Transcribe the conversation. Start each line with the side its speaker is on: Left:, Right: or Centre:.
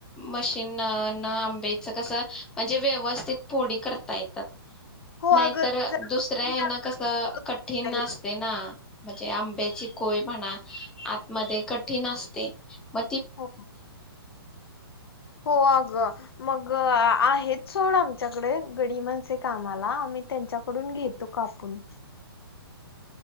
Centre: मशीन, न आंब्याच कसं म्हणजे व्यवस्थित फोडी करता येतात.
Left: हो
Centre: नाहीतर
Left: अगं ते जरा
Centre: दुसऱ्या
Left: कठीण
Centre: हेन
Left: जातं
Centre: कस
Left: ना
Centre: कठीण
Left: करायला.
Centre: असते ना. म्हणजे आंब्याची कोय म्हणा आतमध्ये कठीण असते म
Left: हो हो आगं मग आहेत सोड आमच्याकडे, गडी माणसे कामाला आम्ही त्यांच्याकडून घेतो कापून.